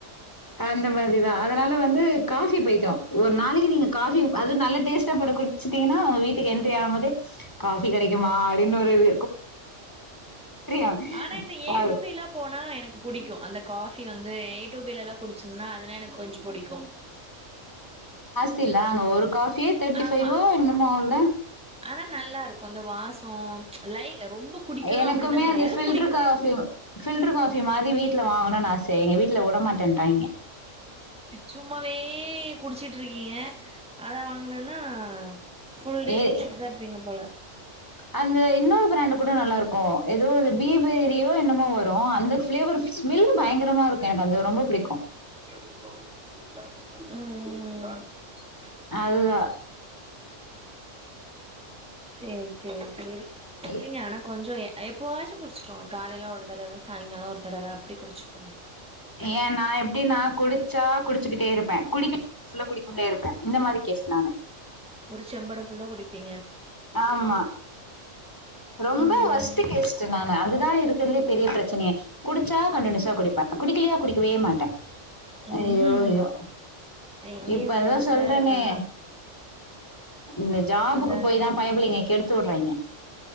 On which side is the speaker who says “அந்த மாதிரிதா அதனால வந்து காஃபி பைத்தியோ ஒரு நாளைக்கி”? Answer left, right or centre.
Left